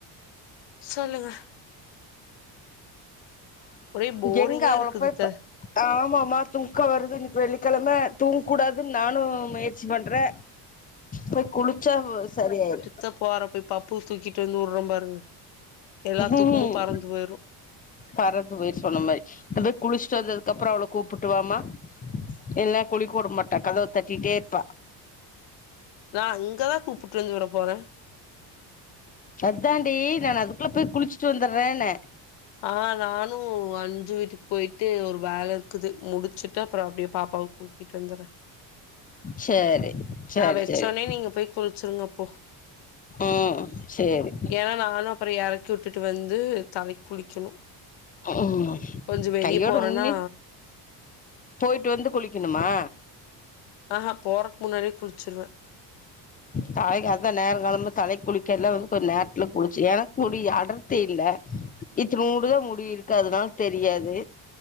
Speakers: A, on the left; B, on the left.
A: சொல்லுங்க ஒரே போரிங்கா
B: எங்க அவள
A: இருக்குது
B: போய் ப
A: த
B: ஆமாமா தூக்க வருது இன்னிக் வெள்ளி கெழம தூங் கூடாதுன் நானு முயற்சி பண்ற போய் குளிச்சா வ் சரியாய்ரு
A: த்த போற போய் பப்புவ தூக்கிட்டு வந்து உட்ற பாருங்க எல்லா தூக்குமு
B: ம்
A: பறந்து போய்ரு
B: பறந்து போய்ரு சொன்ன மாரி நீ போய் குளிச்ட்டு வந்ததுக்கப்றோ அவள கூப்புட்டு வாமா இல்ல குளிக்க வுட மாட்டா கதவு தட்டிட்டே இருப்பா
A: நா அங்க தா கூப்புட்டு வந்து விட போற
B: அத்தாண்டி நானு அதுக்குள்ள போய் குளிச்சுட்டு வந்துர்றேன்ன
A: ஆ நானு அஞ்சு வீட்டுக்கு போய் ட்டு ஒரு வேல இருக்குது முடிச்சுட்டு அப்றோ அப்டே பாப்பாவ கூட்டிட்டு வந்துர்றே
B: சேரி சேரி
A: நா வச்சோனே
B: சேரி
A: நீங்க போய் குளிச்சிருங்க அப்போ
B: ம் சேரி
A: ஏனா நாங்கலா அப்பறோ எறக்கி உட்டுட்டு வந்து தலைக்கி குளிக்கணு
B: ம்
A: கொஞ்சோ வெளிய
B: கையோட
A: போறனா
B: முன்னி போயிட்டு வந்து குளிக்கிணுமா
A: ஆ ஹா போறக் முன்னாடியே குளிச்சிருவே
B: தலைக்கு அதா நேரோ காலமா தலை குளிக்கெல்லா வந்து கொஞ்சோ நேரத்துல குளிச்சு எனக்கு முடி அடர்த்தி இல்ல இத்துனோன்டுதா முடி இருக்கு அதனால தெரியாது